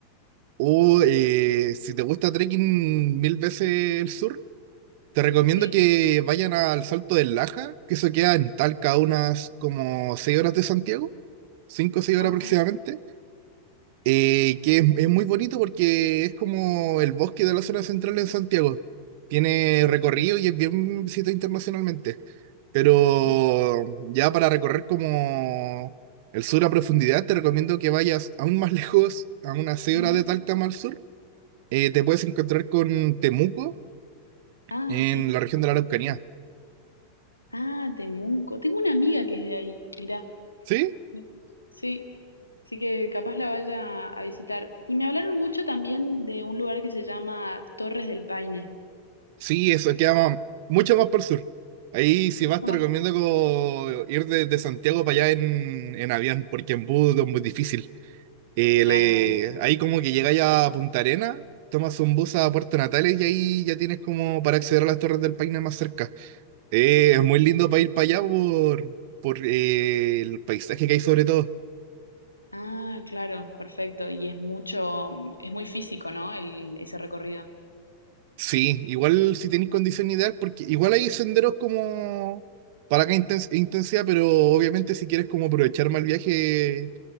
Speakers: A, on the right; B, on the left.
A: O eh, si te gusta trekking mil veces el sur, te recomiendo
B: Sí.
A: que vayan al Salto del Laja, que eso queda en Talca a unas como 6 horas de Santiago, 5 o seis
B: Ah,
A: horas aproximadamente.
B: sí.
A: eh, que es, es muy bonito porque es como el bosque de la zona central en Santiago. Tiene recorrido y es bien visitado internacionalmente. Pero
B: Ah,
A: ya para recorrer como el sur a profundidad, te recomiendo que vayas aún más <laughs> lejos, a unas 6
B: ujú.
A: horas de Talca más al sur. Eh, te puedes encontrar con Temuco
B: Ah,
A: en
B: sí.
A: la región de la Araucanía.
B: Ah, Temuco. Tengo una amiga que es de ahí. Mirá.
A: ¿Sí?
B: Mira. Sí. Así que capaz la vaya a visitar. Y me hablaron mucho también de un lugar que se llama Torres del Paine.
A: Sí, eso queda más- mucho más por el sur. Ahí si
B: Mucho
A: vas te
B: más.
A: recomiendo como ir de, de Santiago para allá en, en avión, porque en bus es muy difícil. Eh,
B: Claro,
A: le-
B: sí.
A: ahí como que llegáis a Punta Arenas, tomas un bus a Puerto Natales y ahí ya tienes como para acceder a las Torres del Paine más cerca. Eh, es muy lindo para ir para allá por, por eh, el paisaje que hay sobre todo.
B: Ah, claro, perfecto. Y es mucho, mm, es muy físico, ¿no? El, ese recorrido.
A: Sí, igual si tenéis condición ideal, porque igual hay senderos como para que intensidad, pero obviamente si quieres como aprovechar más el viaje,